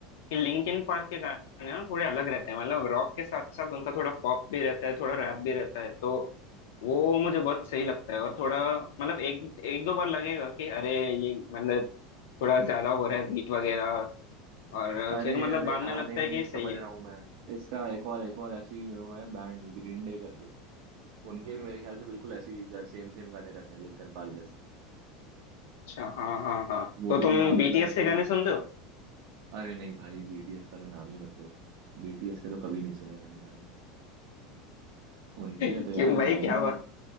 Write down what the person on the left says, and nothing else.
लिंकिन पार्क के गाने ना थोड़े अलग रहते हैं मतलब रॉक के साथ साथ उनका थोड़ा पॉप भी रहता है थोड़ा रैप भी रहता है तो वो मुझे बहुत सही लगता है और थोड़ा मतलब एक एक दो बार लगेगा कि अरे ये मतलब थोड़ा ज्यादा हो रहा है बीट वगैरह और
फिर मतलब
बाद
में लगता
है कि
सही है
अच्छा हाँ हाँ हाँ
तो
तुम
बीटीएस
के गाने
सुनते हो
<laughs> क्यों
भाई
क्या हुआ